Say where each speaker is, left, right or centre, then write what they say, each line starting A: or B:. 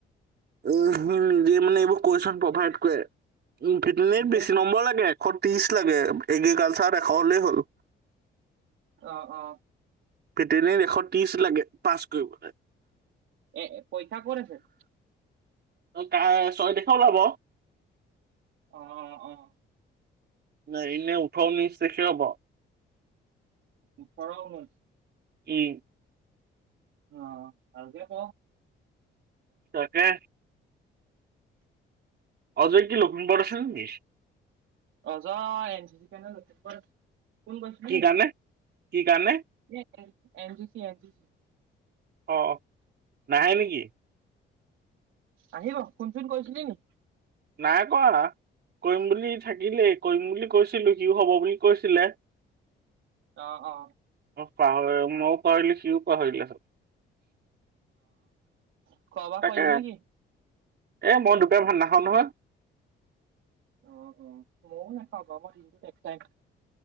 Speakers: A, on the right; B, on the right.
A: উম উমজ মানে এইবোৰ কুৱেশচন
B: নিজে
A: প্ৰভাইড কৰে উ ভিটনেৰত
B: নিজে
A: বেছি
B: পঢ়ি
A: নম্বৰ লাগে এশ তিছ লাগে এগে গাল চা দেখা হলেই হ'ল
B: অঁ অঁ
A: ভেটেনেৰীত এশ ত্ৰিশ লাগে পাছ কৰিবলে।
B: এ পৰীক্ষাত কত আছে।
A: ক ছয় তাৰিখে ওলাব।
B: অঁ অঁ অঁ।
A: নাই এনে ওঠৰ ঊন্নৈছ তাৰিখে হব।
B: ওঠৰ, ঊন্নৈছ
A: উম
B: অঁ আকে প
A: তাকে! অজয় কি লখিমপুৰত আছে নেকি
B: অজয় নে ব কোন বছ ন
A: কি কাৰণে কি কাৰণে
B: ন এজি চ এজি
A: অ নাহে নেকি!
B: আহিব ফুন কৈছিল নি
A: নাই কোৱা ন। কৰিম বুলি থাকিলেই কৰিম বুলি কৈছিলো কি হব বুলি কৈছিলে।
B: অ অ
A: অঁ পাহৰি মইওঁ পাহৰিলো সিওঁ পাহৰিলো চব
B: অ। খোৱা বোৱা
A: তাকে,
B: কৰিলি নেকি
A: এ মই দুপৰীয়া ভাত নাখাওঁ নহয়।
B: অ অ, ময়ো নেখাও বাৰু মই দাইম <inaudible>